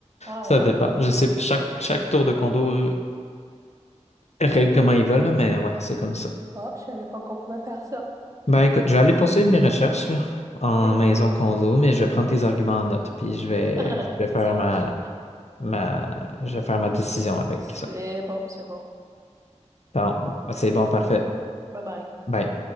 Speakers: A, on the right; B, on the left.
A: Ah
B: Ça
A: ouais?
B: dépend. Je sais, chaque, chaque tour de condo euh, règlent comment ils veulent, là, mais ouais, c'est comme ça.
A: Ah, je savais pas qu'on pouvait faire ça.
B: Ben écoute, je vais aller poursuivre mes recherches là, en
A: Ok.
B: maison condo, mais je vais prendre tes arguments en note, puis je vais,
A: <laughs>
B: je vais faire
A: Ça marche.
B: ma, ma, je vais faire ma décision avec
A: C'est
B: ça.
A: bon, c'est bon.
B: Bon, c'est bon, parfait.
A: Bye bye.
B: Bye.